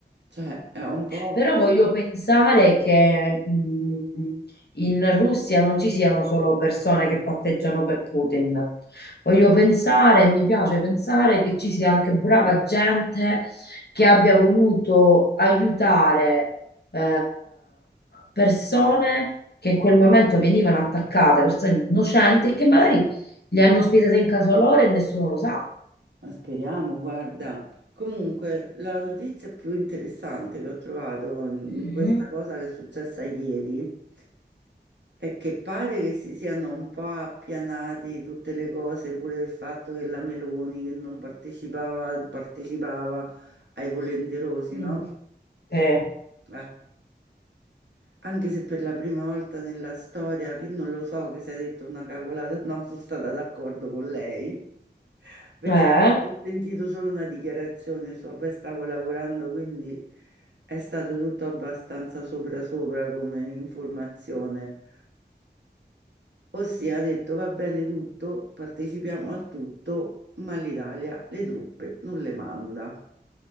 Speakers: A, on the right; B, on the left.
A: Cioè, è un po',
B: Però voglio pensare che mh, in Russia non ci siano solo persone che patteggiano per Putin. Voglio pensare, mi piace pensare che ci sia anche brava gente che abbia voluto aiutare eh, persone che in quel momento venivano attaccate, persone innocenti, e che magari le hanno ospitate in casa loro e nessuno lo sa.
A: ma speriamo, guarda. Comunque, la notizia più interessante che ho trovato in
B: Mm,
A: in questa cosa che è successa ieri è che pare che si siano un po' appianati tutte le cose, pure il fatto che la Meloni che non partecipava, partecipava ai volenterosi,
B: mm,
A: no?
B: eh,
A: Eh, Anche se per la prima volta nella storia, che non lo so che si è detto una cavolata, no, sono stata d'accordo con lei, perché
B: eh.
A: ho sentito solo una dichiarazione sua, poi stavo lavorando, quindi è stato tutto abbastanza sopra sopra come informazione. Ossia ha detto va bene tutto, partecipiamo a tutto, ma l'Italia le truppe non le manda.